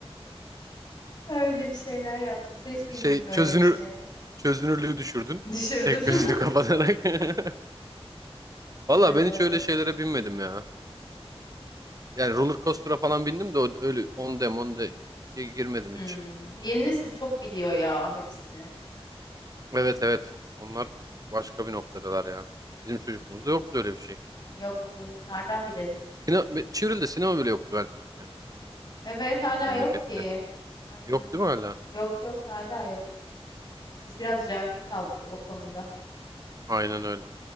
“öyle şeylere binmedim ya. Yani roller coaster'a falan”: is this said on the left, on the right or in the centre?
Right